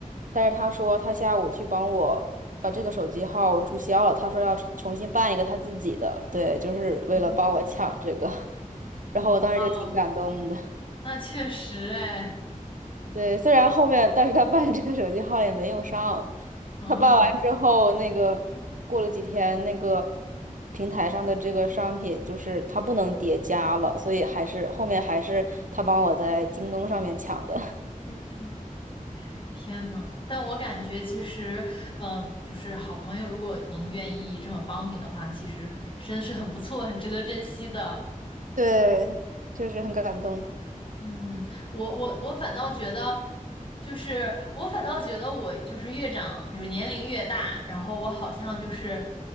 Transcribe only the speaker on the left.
哦，
哇哦，那确实哎。
哦，
嗯嗯。天呐，但我感觉其实，嗯，就是好朋友如果能愿意这么帮你的话，其实真的是很不错，很值得珍惜的。
嗯，我我我反倒觉得，就是我反倒觉得我就是越长，就是年龄越大，然后我好像就是